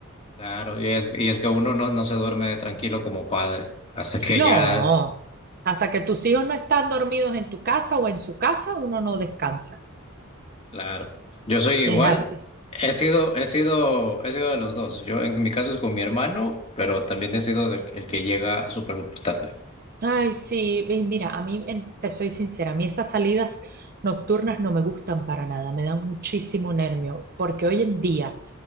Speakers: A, on the left; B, on the right.
A: Claro, y es, y es que uno no, no se duerme tranquilo como padre, hasta que
B: No,
A: ya es,
B: hasta que tus hijos no están dormidos en tu casa o en su casa, uno no descansa.
A: claro. Yo soy igual,
B: Es así.
A: he sido, he sido, he sido de los dos. Yo en mi caso es con mi hermano, pero también he sido de- el que llega súper, súper tarde.
B: Ay, sí, y mira, a mí, en- te soy sincera, a mí esas salidas nocturnas no me gustan para nada, me dan muchísimo nervio, porque hoy en día